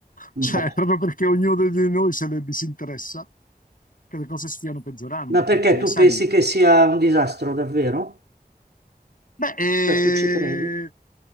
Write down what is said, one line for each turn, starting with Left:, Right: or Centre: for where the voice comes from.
Right: Boh.
Left: Cioè, proprio perché ognuno di noi se ne disinteressa, che le cose stiano peggiorando,
Right: Ma perché
Left: perché,
Right: tu
Left: sai,
Right: pensi che sia un disastro, davvero?
Left: Beh, eh,
Right: Cioè, tu ci credi?